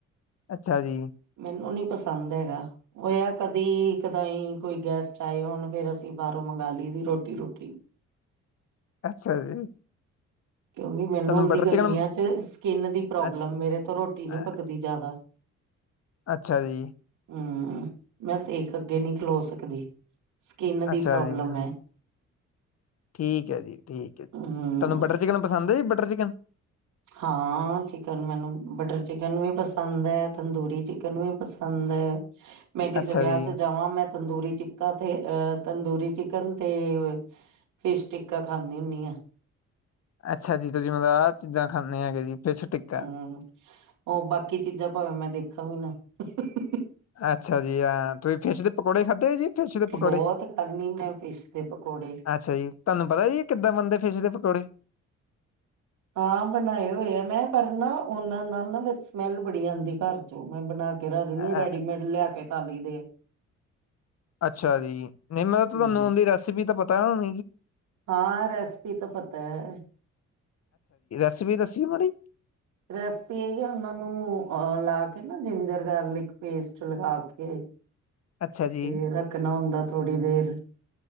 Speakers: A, on the left; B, on the right.
A: ਅੱਛਾ ਜੀ
B: ਮੈਨੂੰ ਨੀ, ਪਸੰਦ ਹੈਗਾ ਉਹ ਆ ਕਦੀ ਕਦਾਈ ਕੋਈ ਗੈਸਟ ਆਏ ਹੋੁਣ ਫੇਰ ਅਸੀਂ ਬਾਹਰੋਂ ਮੰਗ ਲਈ ਦੀ ਰੋਟੀ ਰੋਟੀ
A: ਅੱਛਾ ਜੀ,
B: ਕਿਉਂਕਿ ਮੈਨੂੰ
A: ਤੁਹਾਨੂੰ ਬਟਰ
B: ਹਦੀ ਗਰਮੀਆਂ
A: ਚਿਕਨ
B: ਚ ਸਕਿੰਨ ਦੀ ਪ੍ਰੋਬਲਮ
A: ਅੱਛ
B: ਮੇਰੇ ਤੋਂ ਰੋਟੀ ਨੀ
A: ਅ
B: ਪਕਦੀ ਜ਼ਿਆਦਾ
A: ਅੱਛਾ ਜੀ
B: ਹੂੰ, ਹੂੰ, ਮੈਂ ਸੇਕ ਅੱਗੇ ਨੀ ਖਲੋ ਸਕਦੀ। ਸਕਿੰਨ ਦੀ
A: ਅੱਛਾ
B: ਪ੍ਰੋਬਲਮ
A: ਜੀ ਹਾਂ,
B: ਹੈ।
A: ਠੀਕ ਹੈ ਜੀ ਠੀਕ ਹੈ ਜੀ
B: ਹੂੰ,
A: ਤੁਹਾਨੂੰ ਬਟਰ ਚਿਕਨ ਪਸੰਦ ਐ ਬਟਰ ਚਿਕਨ
B: ਹਾਂ ਚਿਕਨ ਮੈਨੂੰ ਬਟਰ ਚਿਕਨ ਵੀ ਪਸੰਦ ਹੈ। ਤੰਦੂਰੀ ਚਿਕਨ ਵੀ, ਪਸੰਦ ਮੈਂ ਕਿਸੇ
A: ਅੱਛਾ
B: ਵਿਆਹ
A: ਜੀ
B: ਚ ਜਾਵਾਂ ਮੈਂ ਤੰਦੂਰੀ ਚਿੱਕਾ ਤੇ ਅਹ ਤੰਦੂਰੀ ਚਿਕਨ ਤੇ ਫਿਸ਼ ਟਿੱਕਾ ਖਾਂਦੀ ਹੁੰਦੀ ਆ।
A: ਅੱਛਾ ਜੀ ਤੁਸੀਂ ਮਤਲਬ ਆਹ ਚੀਜ਼ਾਂ ਖਾਂਦੇ ਹੈਗੇ ਜੀ। ਫਿਸ਼ ਟਿੱਕਾ
B: ਹੂੰ ਹੋ ਬਾਕੀ ਚੀਜ਼ਾਂ ਭਾਵੇਂ ਮੈਂ ਦੇਖਾਂ ਵੀ ਨਾ, <unintelligible>
A: ਅੱਛਾ ਜੀ ਹਾਂ ਤੁਸੀਂ ਫਿਸ਼ ਪਕੌੜੇ ਖਾਧੇ ਜੀ ਫਿਸ਼ ਦੇ ਪਕੌੜੇ
B: ਬਹੁਤ ਖਾਂਨੀ ਮੈਂ ਫਿਸ਼ ਦੇ ਪਕੌੜੇ।
A: ਅੱਛਾ ਜੀ ਤੁਹਾਨੂੰ ਪਤਾ ਜੀ ਕਿੱਦਾਂ ਬੰਦੇ ਫਿਸ ਦੇ ਪਕੌੜੇ
B: ਹਾਂ ਬਣਾਏ ਹੋਏ ਆ ਮੈਂ ਪਰ ਨਾ ਉਹਨਾਂ ਨਾਲ ਨਾ ਫਿਰ ਸਮੈਲ ਬੜੀ ਆਦੀ ਘਰ ਚੋਂ ਮੈਂ ਬਣਾ ਕੇ ਰਜ ਨ
A: ਅ
B: ਰੈਡੀਮੇਡ
A: ਅ
B: ਲਿਆ ਕੇ, ਕੱਲ ਦੇ
A: ਅੱਛਾ ਜੀ ਨਹੀਂ ਮਤ ਤੁਹਾਨੂੰ
B: ਹੂੰ।
A: ਉਹਦੀ ਰੈਸਪੀ ਤਾਂ ਪ ਪਤਾ ਮ
B: ਹਾਂ ਰੈਸਪੀ ਤਾਂ ਪਤਾ ਹੈ।
A: ਰੇਸਪੀ ਦਸੀ ਮਾੜੀ,
B: ਰੈਸਪੀ ਇਹੀ ਆ ਉਹਨਾਂ ਨੂੰ ਅਹ ਲਾ ਕੇ ਨਾ ਜਿੰਜਰ ਗਾਰਲਿਕ ਪੇਸਟ ਲਗਾ ਕੇ ਤੇ
A: ਅੱਛਾ ਜੀ,
B: ਰੱਖਣਾ ਹੁੰਦਾ ਥੋੜ੍ਹੀ ਦੇਰ